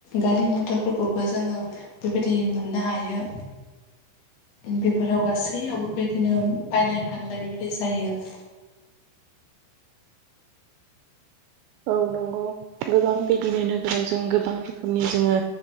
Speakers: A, on the left; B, on the right.
A: गारि मथरफोरखौबो जोङो बेबायदि मोननो हायो। उम बेफोराव गासैयावबो बिदिनो बायलाय फानलाय बेबायदि जायो।
B: औ नंगौ गोबां बिदिनो नोगोराव जों गोबां रोखोमनि जोङो